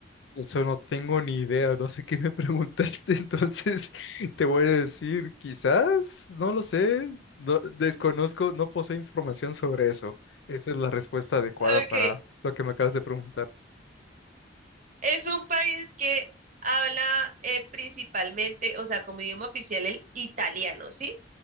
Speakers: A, on the left; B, on the right.
A: Eso no tengo ni idea, no sé qué me preguntaste, <laughs> entonces te voy a decir, quizás, no lo sé, no, desconozco, no poseo información sobre eso. Esa es la respuesta adecuada
B: Ok,
A: para lo que me acabas de preguntar.
B: es un país que habla eh, principalmente, o sea, como idioma oficial el italiano, ¿sí?